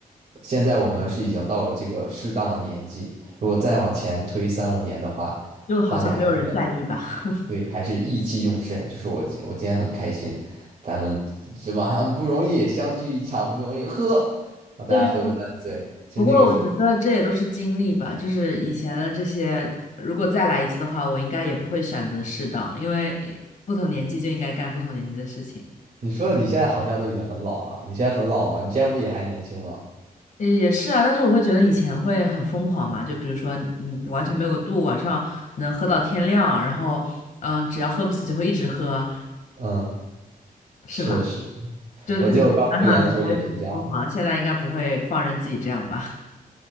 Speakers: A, on the right; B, on the left.
A: 现在我们是已经到了这个适当的年纪，如果再往前推三五年的话，
B: 就好像没有人在意吧。
A: 大家还是很
B: <laughs>
A: 对，还是意气用事。就是我今我今天很开心，咱们是吧？不容易相聚一场，不容易，喝，让大家喝个烂醉。
B: 对啊，
A: 其实那个时候，
B: 不过我觉得这也都是经历吧，就是以前的这些，如果再来一次的话，我应该也不会选择适当，因为不同年纪就应该干不同年纪的事情。
A: 你说你现在好像都已经很老了，你现在很老吗？你现在不也还年轻吗？
B: 也也是啊，但是我会觉得以前会很疯狂嘛，就比如说你完全没有个度，晚上能喝到天亮，然后嗯，只要喝不死就会一直喝，
A: 嗯，
B: 是吧？
A: 是是，
B: 就是你现在想想还是很疯狂的现在应该不会放任自己这样吧？
A: 我记得我刚读研的时候也是这样。